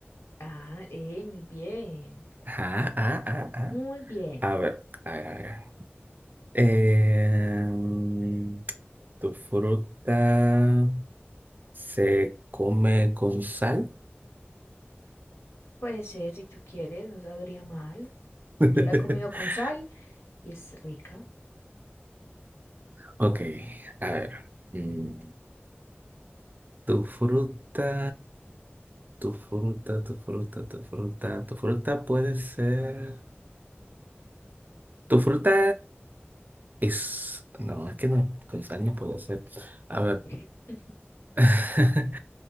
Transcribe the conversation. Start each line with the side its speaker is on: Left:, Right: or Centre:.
Left: Ah, eh, muy bien.
Right: Ah, ah, ah, ah.
Left: Muy bien.
Right: A ver, a ver, a ver. Em, ¿tu fruta se come con sal?
Left: Puede ser, si tú quieres, no sabría mal.
Right: <laughs>
Left: Yo la he comido con sal y es rica.
Right: Ok, a ver. mm, ¿Tu fruta, tu fruta, tu fruta, tu fruta, tu fruta puede ser... Tu fruta es... No, es que no, con sal no puede ser. A ver.
Left: <laughs>
Right: <laughs>